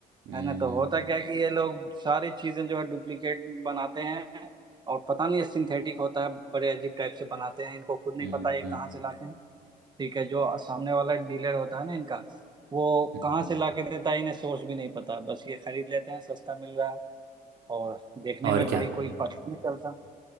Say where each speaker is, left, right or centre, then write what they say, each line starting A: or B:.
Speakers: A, on the right; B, on the right.
A: हम्म
B: है ना तो होता क्या है कि ये लोग सारी चीजें जो है डुप्लीकेट बनाते हैं और पता नहीं ये सिंथेटिक होता है बड़े अजीब टाइप से बनाते हैं इनको खुद नहीं
A: हम्म
B: पता ये
A: हम्म,
B: कहाँ से लाते हैं ठीक है जो सामने वाला डीलर होता है ना इनका वो
A: हम्म,
B: कहाँ
A: हम्म।
B: से ला के देता है इन्हें सोर्स भी नहीं पता बस ये खरीद लेते हैं सस्ता मिल रहा है और देखने
A: और
B: में
A: क्या
B: भाई कोई पता नहीं चलता